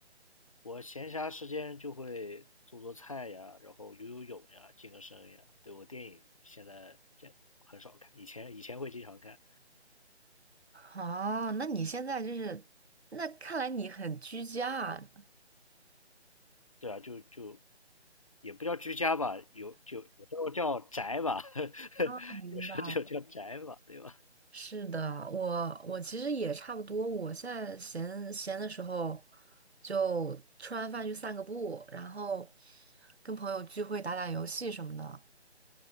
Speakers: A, on the left; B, on the right.
A: 我闲暇时间就会做做菜呀，然后游游泳呀，健个身呀。对，我电影现在这很少看，以前以前会经常看。
B: 哦，那你现在就是，那看来你很居家啊。
A: 对啊，就就也不叫居家吧，有就有时候叫宅吧，<laughs>
B: 哦明白，
A: 有时候就叫宅吧，对吧？
B: 是的，我我其实也差不多。我现在闲闲的时候，就吃完饭去散个步，然后跟朋友聚会、打打游戏什么的。